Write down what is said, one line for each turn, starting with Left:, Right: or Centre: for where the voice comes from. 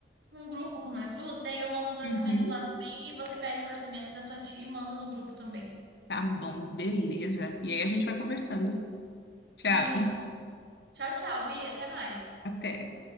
Right: um grupo com nós duas, daí eu mando os orçamentos
Left: Uhum.
Right: lá também e você pede o orçamento pra sua tia e manda no grupo também.
Left: Tá bom, beleza. E aí a gente vai conversando. Tchau,
Right: Isso. Tchau, tchau, Bia. Até mais.
Left: até.